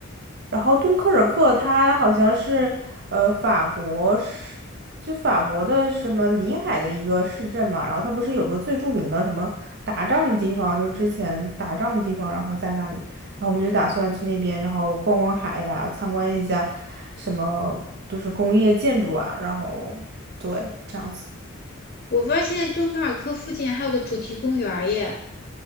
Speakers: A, on the right; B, on the left.
A: 然后敦刻尔克它好像是呃法国是就法国的什么临海的一个市镇嘛，然后它不是有个最著名的什么打仗的地方，就是之前打仗的地方，然后在那里，然后我们就打算去那边，然后逛逛海呀，参观一下什么就是工业建筑啊，然后对这样子
B: 我发现敦刻尔克附近还有个主题公园儿耶，